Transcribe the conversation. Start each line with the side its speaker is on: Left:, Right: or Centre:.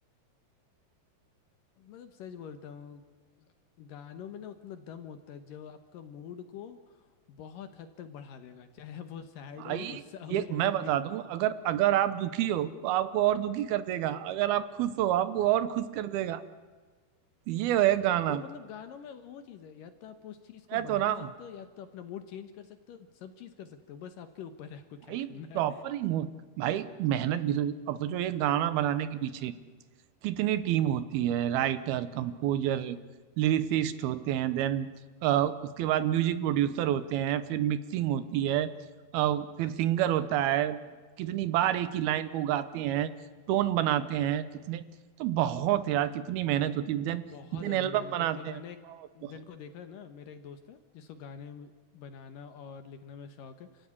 Left: मतलब सच बोलता हूँ गानों में ना उतना दम होता है जो आपका मूड को बहुत हद तक बढ़ा देगा चाहे वो सैड
Right: भाई
Left: हो गुस्सा हो
Right: ये
Left: या कुछ
Right: मैं बता
Left: भी हो।
Right: दूं अगर अगर आप दुखी हो तो आपको और दुखी कर देगा अगर आप खुश हो आपको और खुश कर देगा ये है गाना
Left: वो मतलब गानों में वो चीज़ है या तो आप उस चीज़ को
Right: मैं तो
Left: बढ़ा
Right: ना हूं
Left: सकते हो या तो अपना मूड चेंज कर सकते हो सब चीज़ कर सकते हो बस आपके ऊपर है आपको
Right: भाई
Left: क्या करना
Right: प्रॉपर
Left: है
Right: इमोशन भाई मेहनत भी तो अब सोचो ये गाना बनाने के पीछे कितनी टीम होती है राइटर कंपोजर लिरिसिस्ट होते हैं देन उसके बाद म्यूजिक प्रोड्यूसर होते हैं फिर मिक्सिंग होती है अ, फिर सिंगर होता है कितनी बार एक ही लाइन को गाते हैं टोन बनाते हैं कितने तो बहुत है यार कितनी मेहनत होती है देन
Left: बहुत
Right: देन
Left: ज़्यादा
Right: एल्बम
Left: मेहनत
Right: बनाते
Left: होती है मैंने
Right: हैं
Left: एक
Right: बहुत बहुत
Left: जिनको देखा है ना मेरा एक दोस्त है जिसको गाने बनाना और लिखना में शौक है